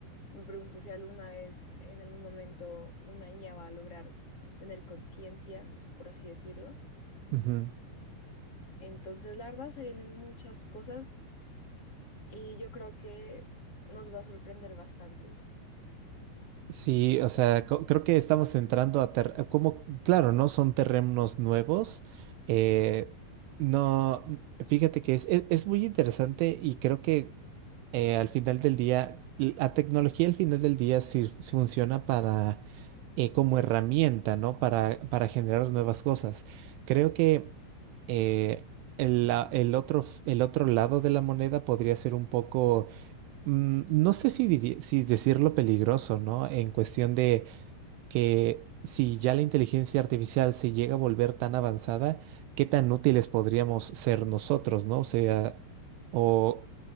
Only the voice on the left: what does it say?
Me pregunto si alguna vez, en algún momento, una IA va a lograr tener conciencia, por así decirlo.
Entonces, la verdad, se vienen muchas cosas Y yo creo que nos va a sorprender bastante.